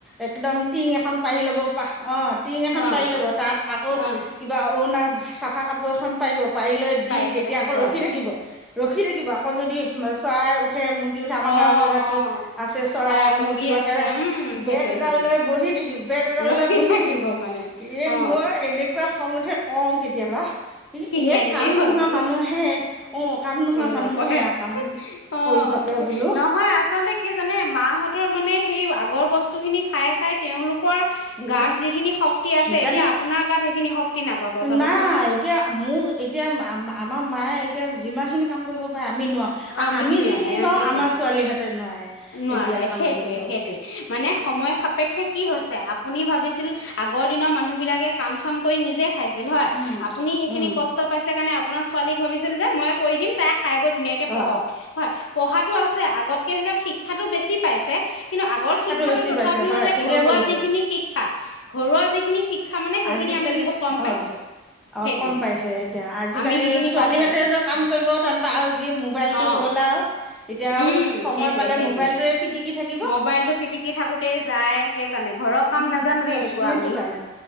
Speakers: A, in the centre; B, on the left.
A: একদম টিং এখন পাৰি ল'ব পাহ অ টিং এখন
B: অ
A: পাৰি ল'ব তাত আকৌ
B: অ
A: কিবা অৰুণা চাফা কাপোৰ এখন পাৰিব পাৰিলৈ দি
B: পাৰিবলৈ
A: তেতিয়া
B: শুকুৱাব
A: আকৌ ৰখি
B: অ
A: থাকিব ৰখি থাকিব আকৌ যদি চৰাই উঠে মুৰ্গী উঠে
B: অ
A: আমাৰ
B: অ
A: গাঁৱৰ জেগাতো আছে চৰাই
B: অ
A: আছে
B: মুৰ্গী
A: উঠিব
B: আছে
A: একেবাৰে
B: উম সেইটোৱে
A: বেট এডাল
B: সেইটোৱে
A: লৈ বহি থাকিব বেট এডাল
B: ৰখি
A: লৈ বহি থাকিব।
B: মানে
A: এ
B: অ
A: মই এনেকুৱা খং উঠে কওঁ কেতিয়াবা কি
B: কিনি
A: এ
B: আনিলেই
A: কাম
B: হ'ল
A: নোহোৱা
B: বুলি
A: মানুহে অ কাম নোহোৱা
B: এইবিলাক
A: মানুহে
B: কয়
A: এয়া কাম
B: অ
A: কৰি
B: সেইটোয়ে
A: থাকে বোলো
B: নহয় আচলতে কি জানে মাহঁতৰ মানে সেই আগৰ বস্তুখিনি খাই খাই তেওঁলোকৰ
A: এই
B: গাত যিখিনি শক্তি আছে
A: সেইকাৰণে
B: এতিয়া আপোনাৰ গাত সেইখিনি শক্তি নাপাব চাবচোন।
A: নাই এতিয়া মোৰ এতিয়া আমাৰ মায়ে এতিয়া যিমানখিনি কাম কৰিব পাৰে আমি নোৱাৰো।
B: অ মৃদুঞ্জয়
A: আমি যিখিনি
B: অ
A: পাৰো
B: সেইটোৱে
A: আমাৰ ছোৱালীহতে নোৱাৰে।
B: নোৱাৰে
A: এতিয়া কাম
B: সেইটোৱে
A: কৰিব
B: সেইটোৱে। মানে সময় সাপেক্ষে কি হৈছে আপুনি ভাবিছিল আগৰ দিনৰ মানুহবিলাকে কাম চাম কৰি নিজে খাই ছিল হয়
A: উম
B: আপুনি সেইখিনি
A: উম
B: কষ্ট পাইছে কাৰণে আপোনাৰ ছোৱালীক ভাবিছিল যে মই কৰি দিম তাই খাই ব ধুনীয়াকে পঢ়ক,
A: অ
B: হয় পঢ়াটো আছে আগতকে ধৰক শি ক্ষাতটো বেছি পাইছে। কিন্তু আগৰ শিক্ষাটো
A: বেছি
B: তথাপিও
A: পাইছে হয়
B: যে
A: ঠিকে
B: ঘৰুৱা
A: কৰিছে
B: যিখিনি শিক্ষা, ঘৰুৱা যিখিনি মানে সেইখিনি
A: আজিকালি
B: আমি বহুত কম
A: অ
B: পাইছো
A: অ
B: সেইটোৱে
A: কম পাইছে এতিয়া আজিকালি
B: আমি সেইখিনি
A: ছোৱালীহঁতে
B: কম পাইছো
A: যে কাম কৰিব টান পাই আও যি মোবাইলটো
B: অ
A: হ'ল আও এতিয়া
B: উম
A: আৰু সময়
B: সেইটোৱে
A: পালে
B: সেইটোৱে
A: মোবাইলটোৱে পিটিকি থাকি
B: মোবাইলটো পিটিকি থাকোতেই যায় সেইকাৰণে ঘৰৰ কাম
A: উম
B: নাজানোৱে একোৱে
A: সেইটো
B: আমি।
A: কাৰণে